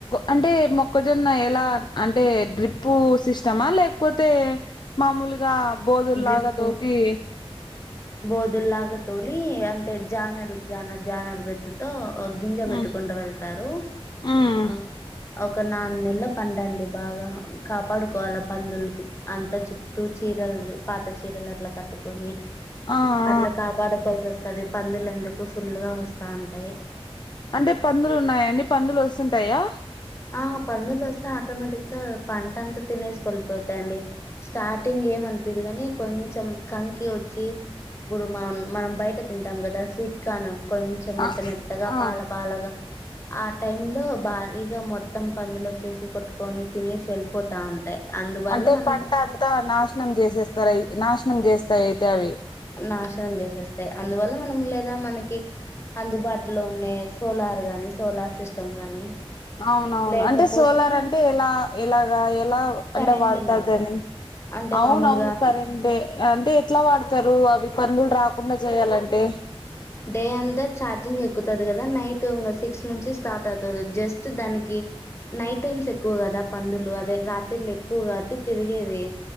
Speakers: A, on the left (about 45°); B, on the left (about 25°).
A: అంటే మొక్కజొన్న ఎలా అంటే డ్రిప్పు సిస్టమా లే పోతే మామూలుగా బోదుల్లాగదుకి
B: డ్రిప్పు బోదుల్లాగా తోలి అంటే జానడు జానర్ జానర్ బెత్తుతో గింజ పెట్టుకుంటూ
A: ఉమ్
B: వెళ్తారు
A: ఉమ్
B: ఆ ఒక నగు నెలలు పండండి బాగా కాపాడుకోవాలి పందులకు అంతా చుట్టూ చీరలు పాత చీరలు అట్లా కట్టుకొని
A: ఆ ఆ
B: అట్లా కాపాడుకోవాల్సి వస్తుది పందులు ఎందుకు ఫుల్గా వస్తూ ఉంటాయి
A: అంటే పందులు ఉన్నాయాండి పందులు వస్తుంటాయా
B: ఆ పందులు వస్తే ఆటోమేటిక్ గా పంట అంతా తినేసి పళపోతాయిండి స్టార్టింగ్ ఏమనిపిది కాగాని కొంచెం కంకి వచ్చి ఇప్పుడు మ మనం బయట తింటాం కదా స్వీట్ కాన్ కొంచెం మెత్త
A: ఆ
B: మెత్తగా
A: ఆ
B: పాల పాలగా ఆ టై లో భార ఇక మత్ మొత్తం పందులు వచ్చేసి కొట్టుకొని తినేసి వెళ్ళిపోతా ఉంటాయి అందువల్ల
A: అంటే
B: మనం
A: పంట అంతా నాశనం చేసేస్తారువి నాశన నం చేస్తాయి అయితే అవి
B: నాశనం చేసేస్తాయి అందువల్ల మనం లేదా మనకి అందుబాటులో ఉండే సోలార్ గాని సోలార్ సిస్టమ్ గాని
A: అవునవును
B: లేకపోతే
A: అంటే సోలార్ అంటే ఎలా ఎలాగా ఎప్ ఎలా
B: కరెంట్
A: అంటే వాడతారు
B: లాగా
A: దాన్ని
B: అంటే
A: అవునవును
B: మామూలుగా
A: కరెంటే అంటే ఎట్లా వాడతారు అవి పందులు రాకుండా చేయాలంటే
B: డే అంతా చార్జింగ్ ఎక్ క్కుతది కదా నైట్ ఇంగ సిక్స్ నుంచి స్టార్ట్ అవుతది జస్ట్ దానికి నైట్ టైమ్స్ ఎక్కువ కదా పందులు అదే రాతిర్లు ఎక్కువ కాబట్టి తిరిగేది